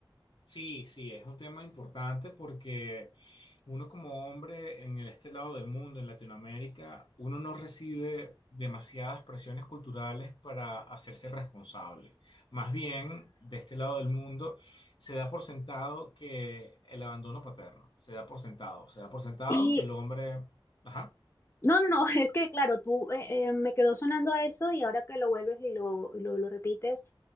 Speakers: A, on the left (about 65°); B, on the left (about 30°).
A: Sí, sí, es un tema importante porque uno como hombre en el- este lado del mundo, en Latinoamérica, uno no recibe demasiadas presiones culturales para hacerse responsable. Más bien, de este lado del mundo, se da por sentado que el abandono paterno, se da por sentado, se da por sentado
B: Y
A: que el hombre... Ajá.
B: No, no, no, <laughs> es que claro, tú eh, eh, me quedó sonando a eso y ahora que lo vuelves y lo, y lo, lo repites,